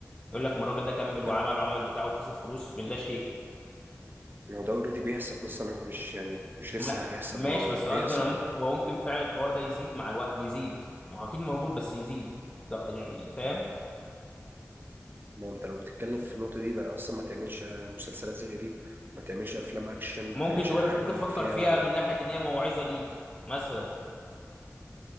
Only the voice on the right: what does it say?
لا
هو ده اوريدي بيحصل اصلا هو مش يعني مش لسه
هيحصل
هو
بيحصل
already.
ما هو انت لو بتتكلم في النقطه دي بقى اصلا ما تعملش مسلسلات زي دي ما تعملش افلام اكشن ما
تعملش
اي حاجه
فيها